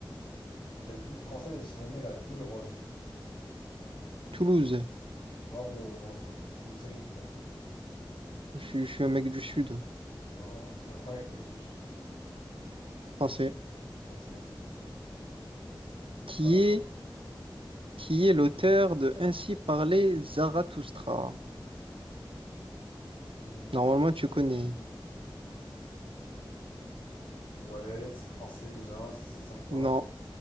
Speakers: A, on the left (about 85°); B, on the right (about 80°).
A: Quelle ville française est surnommée la ville rose?
B: Toulouse,
A: Bravo, bravo. Tu es toulousain, toi.
B: je, suis je suis un mec du Sud,
A: Ah, j'ai un problème avec les mecs du sud.
B: français.
A: Français.
B: Qui
A: À toi.
B: est, qui est l'auteur de Ainsi parlait Zarathoustra?
A: Hmm.
B: Normalement, tu connais.
A: Ouais, c'est français déjà, ça c'est certain.
B: Non,